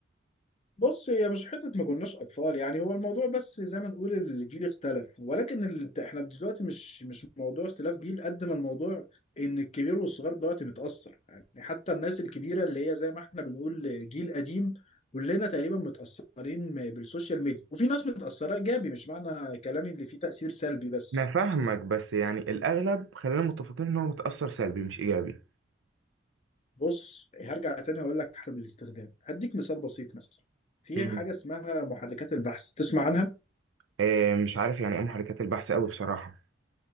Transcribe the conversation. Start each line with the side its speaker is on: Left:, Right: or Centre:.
Left: بص هي مش حتة ما كناش أطفال يعني هو الموضوع بس زي ما نقول الجيل اختلف ولكن ال... احنا دلوقتي مش مش موضوع اختلاف جيل قد ما الموضوع إن الكبير والصغير دلوقتي متأثر يعني حتى الناس الكبيرة اللي هي زي ما احنا بنقول جيل قديم كلنا تقريبا متأثرين م- بالسوشيال ميديا وفي ناس متأثرة إيجابي مش معنى كلامي اللي فيه تأثير سلبي بس
Right: انا فاهمك بس يعني الاغلب خلينا متفقين ان هو متاثر سلبي مش ايجابي
Left: بص هرجع تاني أقول لك حسب الاستخدام هديك مثال بسيط مثلا في
Right: مم.
Left: حاجة اسمها محركات البحث تسمع عنها
Right: إيه مش عارف يعني ايه محركات البحث قوي بصراحه